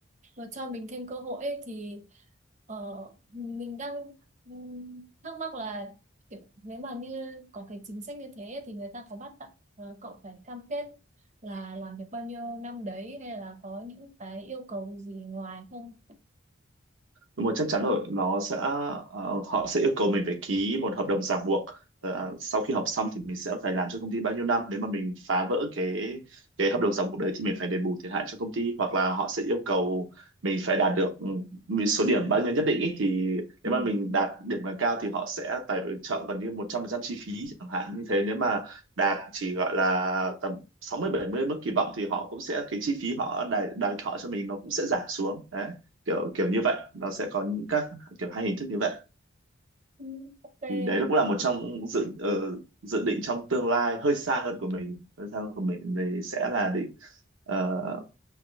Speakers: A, on the right (about 35°); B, on the right (about 70°).
A: vừa cho mình thêm cơ hội ấy, thì ờ, mình đang ừm, thắc mắc là kiểu, nếu mà như có cái chính sách như thế ấy, thì người ta có bắt bạn ờ, cậu phải cam kết là làm việc bao nhiêu năm đấy hay là có những cái yêu cầu gì ngoài không?
B: Đúng rồi, chắc chắn rồi, nó sẽ ờ, họ sẽ yêu cầu mình phải ký một hợp đồng ràng buộc. Ờ, sau khi học xong thì mình sẽ phải làm cho công ty bao nhiêu năm, nếu mà mình phá vỡ cái cái hợp đồng ràng buộc đấy thì mình phải đền bù thiệt hại cho công ty hoặc là họ sẽ yêu cầu mình phải đạt được ừ, một số điểm bao nhiêu nhất định ý, thì nếu
A: Ừ.
B: mà mình đạt điểm càng cao thì họ sẽ tài trợ gần như 100% chi phí chẳng hạn như thế. Nếu mà đạt chỉ gọi là tầm sáu mươi bảy mươi mức kỳ vọng thì họ cũng sẽ cái chi phí họ đài đài thọ cho mình nó cũng sẽ giảm xuống. Đấy kiểu kiểu như vậy nó sẽ có những các kiểu hai hình thức như vậy
A: Ừ, ok
B: thì đấy
A: mình
B: cũng là
A: thấy
B: một trong dự ờ, dự định trong tương lai hơi xa hơn của mình hơi xa hơn của mình thì sẽ là định ờ,